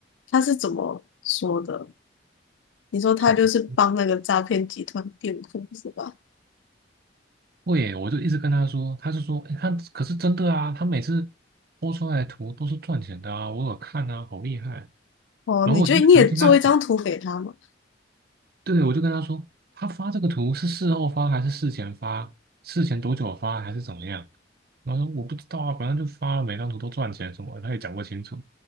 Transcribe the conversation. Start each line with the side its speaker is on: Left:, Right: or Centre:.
Left: 他是怎么说的？你说他就是帮那个诈骗集团辩护是吧？
Right: 所以会耶，我就一直跟他说，他就说，诶他可是真的啊，他每次播出来的图都是赚钱的啊，我有看啊，好厉害。
Left: 哦，
Right: 然后因为只是听他讲，
Left: 你觉得你也做一张图给他吗？
Right: 对，我就跟他说，他发这个图是事后发还是事前发？事前多久发还是怎么样？然后说我不知道啊，反正就发了，每张图都赚钱什么的他也讲不清楚。